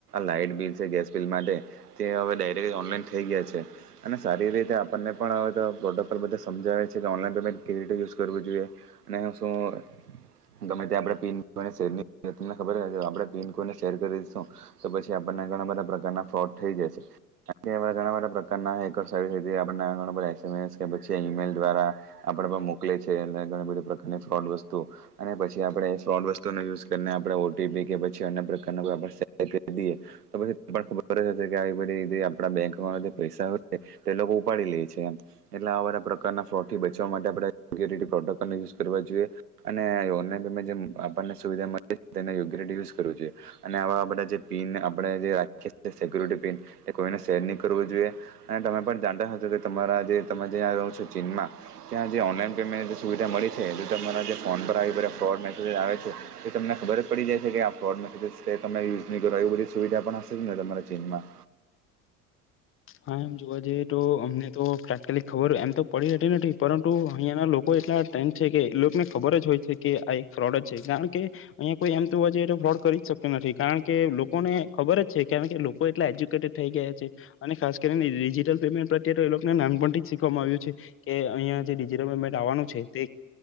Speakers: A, on the right; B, on the left.
A: લાઈટ બિલ છે ગેશબીલ માટે તે ઓનલાઈન થઈ ગયા છે અને સારી એવી રીતે આપણને પણ હવે તો પ્રોટોકોલ બધા સમજાવે છે કે ઓનલાઈન પેમેન્ટ કવી રીતે યુઝ કરવું જોઈએ અને શું ગમે ત્યાં આપણે પીન શેરની તમને ખબર છે આપડણે પિન કોઈને શેર કરી દેશું તો પછી આપણને ઘણા બધા પ્રકારના ફ્રોડ થઈ જશે કારણ કે એવા ઘણા બધા પ્રકારના હેકસૅ જે ઘણા બધા એસ એમ એસ કે પછી ઈમેલ દ્વારા આપડે પણ મોકલે છે અને ઘણી બધી પ્ર અને ફ્રોડ વસ્તુ અને પછી આપણે એ ફ્રોડ વસ્તુનો યુઝ કરીને આપણે ઓ ટી પી કે પછી અન્ય પ્રકારના કોઈ સેર કરી દીએ તો પછી ખબર જ હશે કે આવી બધી બેંકમાં જે પૈસા હોય છે તે લોકો ઉપાડી લે છે એમ એટલે આવા બધા પ્રકારના ફ્રોડથી બચવા માટે આપણે યોગ્ય રીતે પ્રોટોકોલનો યુઝ કરવા જોઈએ અને ઓનલાઈન પેમેન્ટ જેમ આપણને સુવિધા મળે તેને યોગ્ય રીતે યુઝ કરવું જોઈએ અને આવા બધા જે પિન આપણે જે રાખીએ છે સિક્યુરિટી પિન કોઈને શેર ની કરવું જોઈએ અને તમે પણ જાણતા હશો કે તમારા જે તમે જ્યાં રહો છો ચીનમાં ત્યાં જે ઓનલાઈન પેમેન્ટ સુવિધા મળી છે એટલે તમારા જે ફોન પર આવે બધા ફ્રોડ મેસેજસ આવે છે એ તમને ખબર જ પડી જાય છે કે આ ફ્રોડ મેસેજ છે તમે યુઝ ની કરો એવી બધી સુવિધા પણ હશે જ ને તમારા ચીનમાં
B: હા એમ જોવા જઈએ તો અમને તો તાત્કાલિક ખબર હોય એમ તો પડી જતી નથી પરંતુ અહિયાં ના લોકો કેટલા ટ્રેન્ડ છે કે લોકોને ખબર જ હોય છે કે આ એક ફ્રોડ જ છે કારણ કે અહીંયા કોઈ એમ જોવા જઈએ તો ફોડ કરી જ શક્ય નથી કારણ કે લોકોને ખબર જ છે કારણ કે લોકો એટલા એજ્યુકેટેડ થઈ ગયા છે. અને ખાસ કરીને ડિજિટલ પેમેન્ટ પ્રત્યેતો એ લોકોને નાનપણથી જ શીખવામાં આવ્યું છે કે અહંયા જે ડિજિટલ પેમેન્ટ આવાનું છે તે